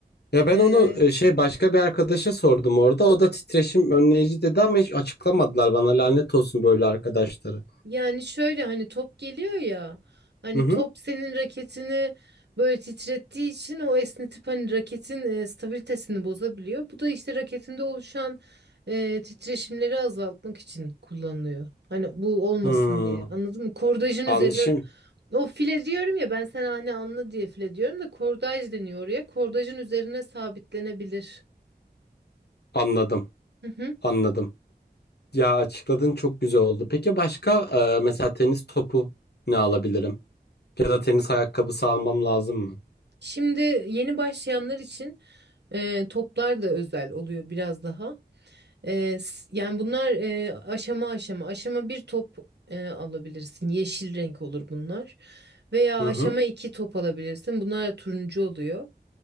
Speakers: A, on the left (about 75°); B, on the right (about 85°).
A: Ya
B: Ee,
A: ben onu e, şey başka bir arkadaşa sordum orada. O da titreşim önleyici dedi ama hiç açıklamadılar bana. Lanet olsun böyle arkadaşları.
B: Yani şöyle hani top geliyor ya hani
A: Hı hı.
B: top senin raketini böyle titrettiği için o esnetip hani raketin e, stabilitesini bozabiliyor. Bu da işte raketinde oluşan e, titreşimleri azaltmak için kullanılıyor. Hani bu olmasın
A: Hmm.
B: diye anladın mı? Kordajın
A: An
B: üzerine
A: şimdi
B: o file diyorum ya ben sana hani anla diye file diyorum da kordaj deniyor oraya. Kordajın üzerine sabitlenebilir.
A: anladım.
B: Hı hı.
A: Anladım. Ya açıkladın çok güzel oldu. Peki başka e, mesela tenis topu ne alabilirim? Ya da tenis ayakkabısı almam lazım mı?
B: Şimdi yeni başlayanlar için e, toplar da özel oluyor biraz daha. Ee, s- yani bunlar e, aşama aşama. Aşama bir top e, alabilirsin. Yeşil renk olur bunlar. Veya
A: Hı
B: aşama
A: hı.
B: iki top alabilirsin. Bunlar da turuncu oluyor.